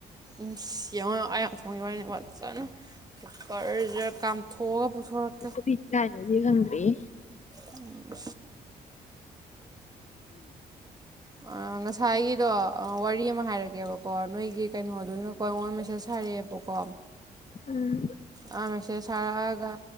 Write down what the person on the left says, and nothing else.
ꯊꯨꯄꯤꯠ ꯀꯥꯢꯔ ꯂꯩꯗꯤ ꯈꯪꯗ꯭ꯔꯤꯌꯦ
ꯎꯝ